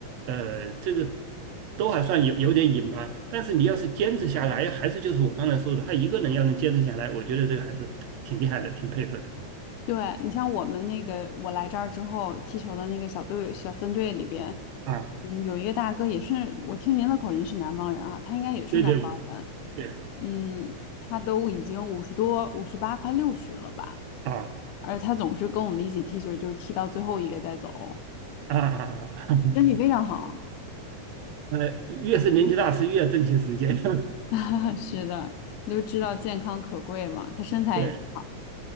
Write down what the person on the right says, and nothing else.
呃，这个都还算有有点瘾吧。但是你要是坚持下来，还是就是我刚才说的，他一个人要能坚持下来，我觉得这个还是挺厉害的，挺佩服的
啊。
对对对
啊
啊啊啊！
<laughs> 呃，越是年纪大是越珍惜时间。<laughs>
对。